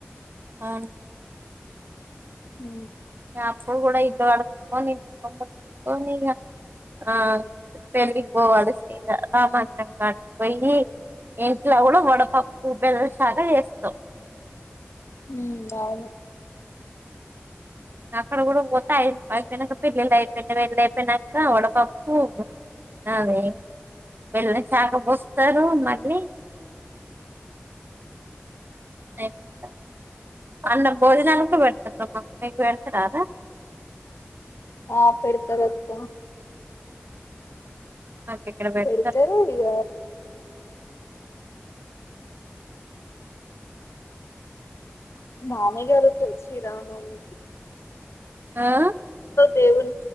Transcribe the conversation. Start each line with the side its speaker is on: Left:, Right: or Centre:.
Right: అవును
Left: ఉ
Right: అప్పుడు కూడా ఇల్లు కడుక్కోని దీపం పెట్టుకోని ఆ పెళ్లికి పోవాలి సీత రామంతంగా పొయ్యి ఇంట్లో కూడా వడపప్పు బెల్లం శారే చేస్తాం
Left: హ్మ్మ్ అవును
Right: అక్కడ కూడా పోతేయి అయిపోయినాక పెళ్ళిళ్ళు అయిపోయినా వెళ్ళ అయిపోయినాక వడపప్పు అదే బెల్లం చాక పోస్తారు మళ్ళీ ఉన్నాయ్ కూడ అ అన్న భోజనాలు కూడా పెడతారుమ్ మా అమ్ మీకు పెడతారా
Left: ఆ పెడతరు అత్త
Right: మాకు ఇక్కడ పెడతారు
Left: పెడుతరు ఇగ బాగనే జరుగుతుంది శ్రీరామ నవమి
Right: ఆ
Left: దేవుని